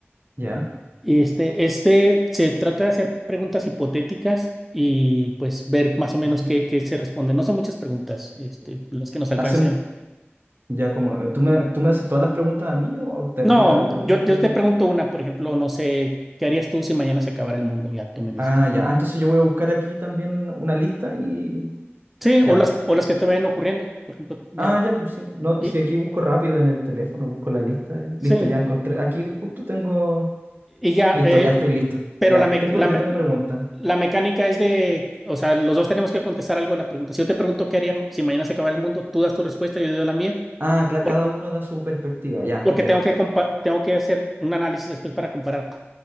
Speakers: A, on the right; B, in the centre.
A: ya.
B: Y este, este se trata de hacer preguntas hipotéticas y pues ver más o menos
A: Mm.
B: qué, qué se responde. No son muchas preguntas, este, las que nos alcancen
A: Hacem- ya como, eh, ¿tú me, tú me haces todas las preguntas a mí o te-
B: No,
A: yo te hago preguntas?
B: yo, yo te pregunto una, por ejemplo, no sé, ¿qué harías tú si mañana se acabara el mundo? Ya tú me dices.
A: Ah, ya. Ah, entonces yo voy a buscar aquí también una lista y
B: Sí,
A: ya.
B: o las, o las que te vayan ocurriendo, por ejemplo, ya.
A: Ah, ya, pues sí. No,
B: Y,
A: si aquí busco rápido en el teléfono, busco la lista. eh.
B: sí,
A: Listo, ya encontré. Aquí justo tengo.
B: y ya,
A: Listo,
B: eh,
A: ya estoy listo.
B: pero
A: Ya,
B: la, me-
A: tengo,
B: la,
A: yo
B: me-
A: tengo preguntas.
B: la mecánica es de, o sea, los dos tenemos que contestar algo en la pregunta. Si yo te pregunto qué haría si mañana se acabara el mundo, tú das tu respuesta, yo doy la mía,
A: Ah, cla-
B: por-
A: cada uno da su perspectiva. Ya,
B: porque
A: ya.
B: tengo que, compa- tengo que hacer un análisis después para comparar